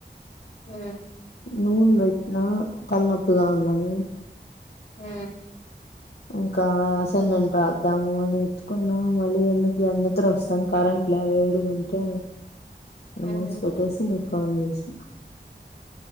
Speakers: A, on the left; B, on the left.
A: హ
B: నూనె పెట్టినా తలనొప్పిగా ఉందని
A: హ
B: ఇంకా అసైన్మెంట్ రాద్దాము అని ఎత్తుకున్నా మళ్ళీ ఎందుకు లే అన్ని నిద్ర వస్తాంది కరెంట్ లే వేడుగుంటే ఆ
A: మ్మ్
B: మూసి పెట్టేసి ఆ ఫోన్ చేసినా